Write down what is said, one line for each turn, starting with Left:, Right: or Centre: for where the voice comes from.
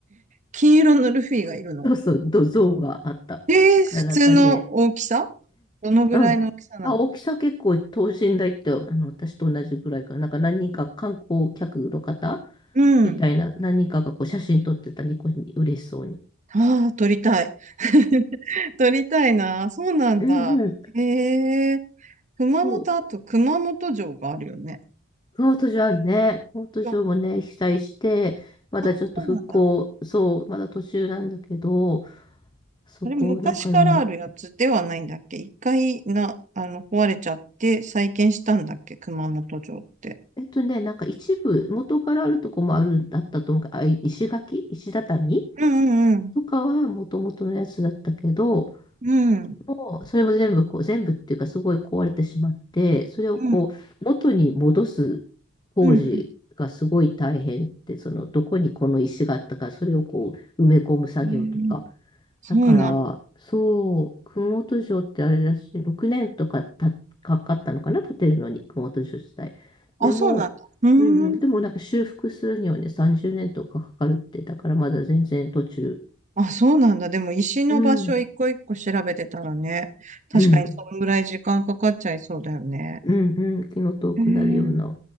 Right: 金色のルフィがいるの。
Left: そうそう、ど像があった。
Right: えー、
Left: からなんかね、
Right: 普通の大きさどのぐらいの大きさなの
Left: うん。あ、大きさ結構等身大って、あの、私と同じぐらいかな。なんか何人か観光客の方
Right: うん。
Left: みたいな、何人かがこう写真撮ってたニコに嬉しそうに。
Right: ああ、撮りたい。<laughs> 撮りたいな。そうなんだ。
Left: うんうん。
Right: へえ。熊本、
Left: そう。
Right: あと熊本城があるよね。
Left: コート上あるね。コート上もね、
Right: あ、
Left: 被災して、まだちょっと復興、
Right: そうなんだ。
Left: そう、まだ途中なんだけど、そこ、
Right: あれ、昔からあるやつではないんだっけ一回な、
Left: なんかね、
Right: あの、壊れちゃって再建したんだっけ熊本城って。
Left: えっとね、なんか一部、元からあるとこもあるんだったと思うけど、あ、い石垣、石畳
Right: うんうん
Left: とかは元々のやつだったけど、
Right: うん。うん。
Left: もうそれも全部こう、全部っていうかすごい壊れてしまって、それをこう、
Right: うん。
Left: 元に戻す工事がすごい大変って、
Right: うんう
Left: その、どこにこの石があったか、それをこう、埋め込む作業とか。
Right: ん。へえそうなんだ。
Left: だから、そう、熊本城ってあれだし、6年とかたかかったのかな、建てるのに、熊本城自体。
Right: あ、
Left: でも、
Right: そうなんだ。うーん。
Left: うんうん、でもなんか修復するにはね、30年とかかかるって、だからまだ全然途中。
Right: あ、そうなんだ。でも石の場所一個一個調べてたらね、
Left: うん、
Right: 確かにそのぐらい時間かかっちゃいそうだよね。
Left: うん、うん、うん、気の遠くなるような
Right: へえ